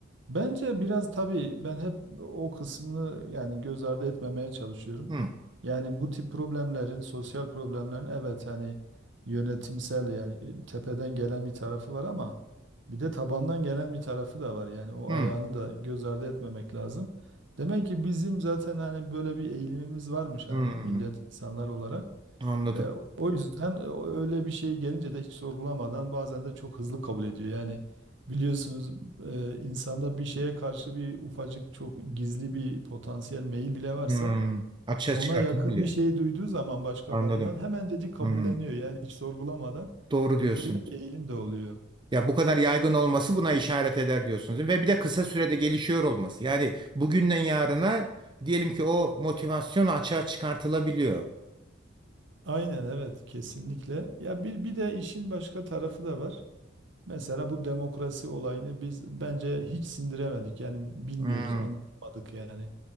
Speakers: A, on the right (about 65°); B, on the right (about 25°).
A: Bence biraz tabii ben hep o kısmını yani göz ardı etmemeye çalışıyorum.
B: Hmm,
A: Yani bu tip problemlerin, sosyal problemlerin evet hani yönetimsel yani e, tepeden gelen bir tarafı var ama bir de tabandan gelen bir tarafı da var. Yani o
B: hmm,
A: ayağını da göz ardı etmemek lazım. Demek ki bizim zaten hani böyle bir eğilimimiz varmış
B: hmm.
A: hani millet insanlar olarak.
B: Anladım.
A: E, o yüzden e, öyle bir şey gelince de hiç sorgulamadan bazen de çok hızlı kabul ediyor. Yani biliyorsunuz e, insanda bir şeye karşı bir ufacık çok gizli bir potansiyel meyil bile varsa
B: Hmm. Açığa
A: ona
B: çıkartılabiliyor.
A: yakın bir şey duyduğu zaman başkalarından
B: Anladım.
A: hemencecik kabulleniyor.
B: Hmm.
A: Yani hiç sorgulamadan
B: Doğru diyorsun.
A: böyle bir eğilim de oluyor.
B: Ya bu kadar yaygın olması buna işaret eder diyorsunuz. Ve bir de kısa sürede gelişiyor olması. Yani bugünden yarına diyelim ki o motivasyon açığa çıkartılabiliyor.
A: Aynen evet kesinlikle. Ya bir bir de işin başka tarafı da var. Mesela bu demokrasi olayını biz bence hiç sindiremedik. Yani bilmiyoruz,
B: Hmm,
A: anlamadık yani.